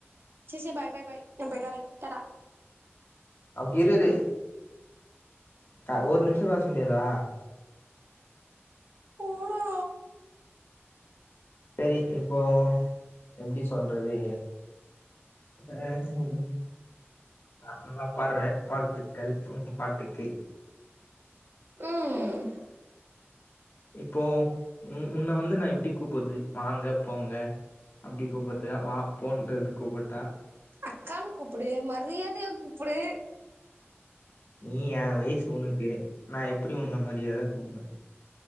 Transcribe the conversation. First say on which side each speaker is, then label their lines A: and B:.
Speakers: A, on the right (about 55°); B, on the left (about 55°).
A: சேரி சேரி பாய்-பாய்-பாய் நா போய்ட்டுவறே டாடா
B: அவ இருரு த ஒரு நிமிஷோ பேச முடியாதா
A: போடா
B: சேரி இப்போ எப்பிடி சொல்றது ம் ஆ ம் <unintelligible> வடர்றே வாழ்த்துக்கள் உ ம்ம் பாட்டுக்கு
A: ம்
B: இப்போ உ உன்ன வந்து நா எப்பிடி கூப்புறது வாங்க போங்க அப்பிடி கூப்பர்த்தா வா போன்றது கூப்புட்டா
A: அக்கானு கூப்புடு மரியாதயா கூப்புடு
B: நீ ஏ வயசு உனுக்கு நா எப்பிடி உன்ன மரியாதயா கூப்புடுவே